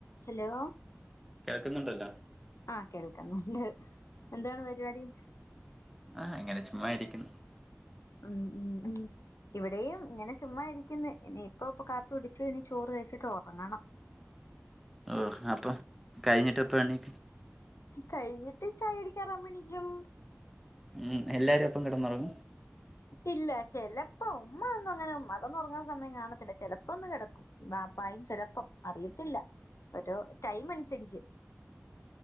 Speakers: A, on the left; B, in the centre.
A: Hello
B: കേക്കുന്നുണ്ടല്ലോ?
A: ആഹ് കേൾക്കുന്നുണ്ട് എന്താണ് പരിപാടി?
B: ആഹ് ഇങ്ങനെ ചുമ്മായിരിക്കുന്നു
A: ഉം ഉം ഉം ഇവിടെയും ഇങ്ങനെ ചുമ്മാ ഇരിക്കുന്നു ഇനി ഇപ്പ ഇപ്പ കാപ്പി പിടിച്ച് ഇനി ചോറ് കഴിച്ചിട്ട് ഒറങ്ങണം
B: ആഹ് അപ്പം കഴിഞ്ഞിട്ട് എപ്പണിക്കും
A: കഴിഞ്ഞിട്ട് ചായ കുടിക്കാൻ ആവുമ്പോ എണിക്കും
B: ഉം എല്ലാരും ഒപ്പം കിടന്നുറങ്ങും
A: ഇല്ല ചെലപ്പോ ഉമ്മ ഒന്നും അങ്ങനെ ഉമ്മ കൊന്നും ഒറങ്ങാൻ സമയം കാണത്തില്ല ചെലപ്പോ ഒന്ന് കിടക്കും ബാപ്പായും ചെലപ്പം അറിയത്തില്ല ഒരു ടൈം അനുസരിച്ച്